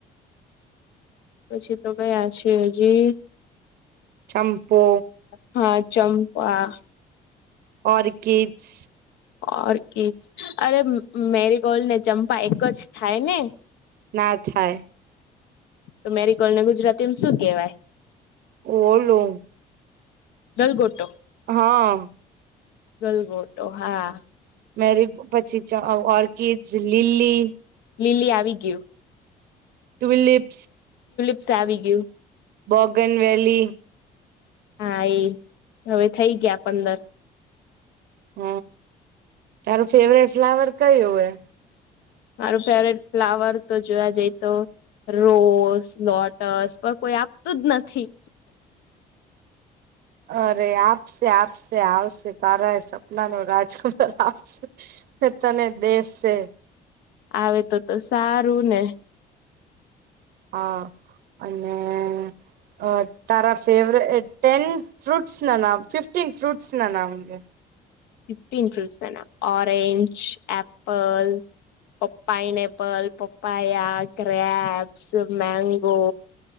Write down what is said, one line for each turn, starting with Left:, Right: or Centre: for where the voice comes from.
Left: પછી તો કયા છ હજી
Right: ચંપો
Left: હા ચંપા.
Right: ઓર્કિડ્સ.
Left: ઓર્કિડ અરે મેરી ગોલ્ડ ને જંપા એક જ થાય ને?
Right: ના થાય.
Left: તો મેરી કોલ ને ગુજરાતીમાં શું કેહેવાય?
Right: ઓલું
Left: દલગોટો.
Right: હા.
Left: ગલબોટો હા.
Right: મેરી પછી ઓર્કિડ લીલી
Left: લીલી આવી ગયું.
Right: વિલી
Left: સ આવી ગિયુ
Right: બોગન વેલી
Left: હા એ હવે થઈ ગયા પંદર
Right: હ તારું ફેવરેટ ફ્લાવર કયું હોય?
Left: મારું ફેવરેટ ફ્લાવર તો જોયા જઈ તો. રોસ લોટસ પણ કોઈ આપતું જ નથી.
Right: અરે આપશે આપશે આવશે તારા એ સપના ન રાજકુમાર આપશે. તને દેશ છે.
Left: આવે તો તો સારું ને.
Right: હા અને અ તારા ફેવ ટેન ફૂટ ના ના ફિફ્ટીન ફ્રૂટ ના નામે
Left: ફિફ્ટીન ટૂસના ઓરેન્જ એપલ પ પાઈનએપલ પપાયા ગ્રેપ્સ મેંગો